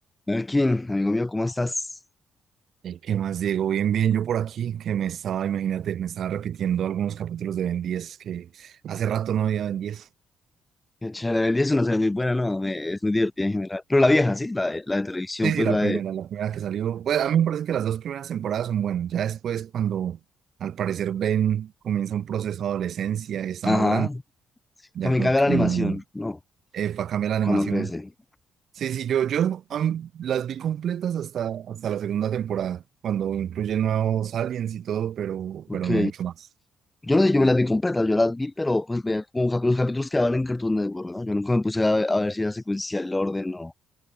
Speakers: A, on the left (about 15°); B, on the right (about 65°).
A: Melkin, amigo mío, ¿cómo estás?
B: Ey, ¿Qué más, Diego? Bien, bien, yo por aquí, que me estaba, imagínate, me estaba repitiendo algunos capítulos de Ben diez que hace rato no había Ben diez.
A: Qué chévere, el 10 es una serie muy buena, ¿no? Me- es muy divertida en general. Pero la vieja, ¿sí? La de, la de televisión,
B: Sí,
A: pues
B: sí, la
A: la
B: primera,
A: de...
B: la primera que salió. Bueno, a mí me parece que las dos primeras temporadas son buenas. Ya después, cuando al parecer Ben comienza un proceso de adolescencia, está
A: Ajá.
B: más grande, ya
A: También
B: como
A: caga
B: que
A: la animación,
B: mm,
A: ¿no?
B: eh, va a cambiar la animación.
A: Cuando crece.
B: Sí, sí, yo, yo am, las vi completas hasta, hasta la segunda temporada, cuando incluye nuevos aliens y todo, pero,
A: Ok.
B: pero no mucho más.
A: Yo no sé, yo me las vi completas, yo las vi, pero pues veía como capítulos, capítulos que daban en Cartoon Network, ¿no? Yo nunca me puse a, a ver si era secuencial el orden, no.